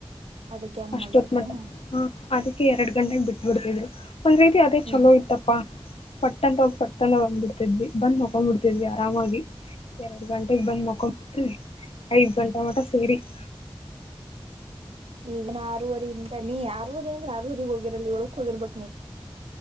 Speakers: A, on the right; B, on the left.
A: ಅದಕ್ಕೆ ಹಂಗ
B: ಅಷ್ಟೊತ್
A: ಮಾಡಿದ್ರನಾ
B: ಮಟ್ಟ ಹ ಅದಕ್ಕೆ ಎರಡು ಗಂಟೆಗೆ ಬಿಟ್ಬಿಡ್ತಿದ್ರು ಒಂದ್ ರೀತಿ ಅದೇ
A: ಹ್ಮ್
B: ಚಲೋ ಇತ್ತಪ್ಪಾ ಪಟ್ಟಂತ ಹೋಗ ಪಟ್ಟ ಅ ಬಂದ ಬಿಡ್ತಿದ್ವಿ ಬಂದ್ ಮಕೊಂಡ್ಬ ಬಿಡ್ತವಿ ವಿ ಆರಾಮಾಗಿ ಎರಡ್ ಗಂಟೆಗೆ ಬಂದ್ ಮಕೊಂಡಬಿಟ್ರಿ ಐದ್ ಗಂಟೆಗೆ <unintelligible>
A: ಈಗ ನ ಆರೂವರೆ ಇಂದ ನೀ ಹೋದ ಅಂದ್ರೆ ಆರೂ ಹೋಗಿರಲಿ ಏಳಕ್ ಹೋಗಿರ್ಬೇಕಕ್ ನೀ